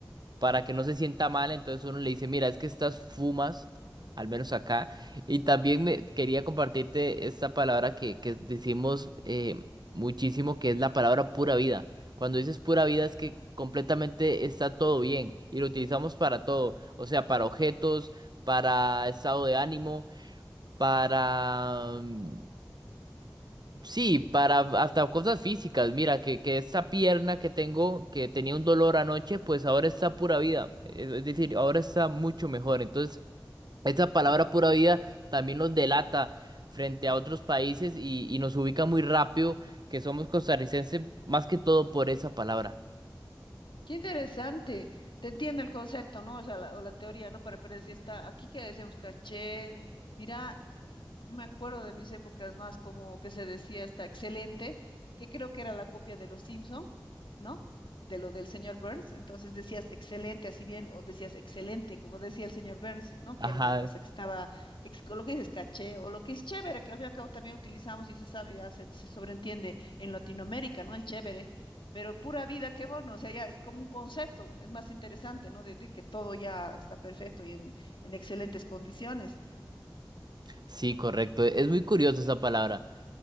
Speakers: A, on the right (about 60°); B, on the left (about 85°).
A: para que no se sienta mal, entonces uno le dice, mira, es que estas fumas, al menos acá, y también me quería compartirte esta palabra que, que decimos eh, muchísimo, que es la palabra pura vida. Cuando dices pura vida es que completamente está todo bien y lo utilizamos para todo, o sea, para objetos, para estado de ánimo, para... mm, Sí, para hasta cosas físicas. Mira, que, que esa pierna que tengo, que tenía un dolor anoche, pues ahora está pura vida. Es es decir, ahora está mucho mejor. Entonces, esa palabra pura vida también nos delata frente a otros países y, y nos ubica muy rápido que somos costarricenses más que todo por esa palabra.
B: Qué interesante, te entiendo el concepto, ¿no? O sea, la, o la teoría, ¿no? Pero, pero decía, está aquí que decíamos, caché, mira, Me acuerdo de mis épocas más como que se decía está excelente, que creo que era la copia de los Simpson, ¿no? De lo del señor Burns. Entonces decías excelente, así bien, o decías excelente, como decía el señor Burns, ¿no? Que
A: Ajá,
B: era una cosa que estaba, ex- con lo que dices caché, o lo que es chévere, que al fin y al cabo también utilizamos y se sabe, ya se, se sobreentiende en Latinoamérica, ¿no? El chévere. Pero pura vida, qué bueno, o sea, ya es como un concepto, es más interesante, ¿no? De, de que todo ya está perfecto y en en excelentes condiciones.
A: sí, correcto. Es muy curiosa esa palabra.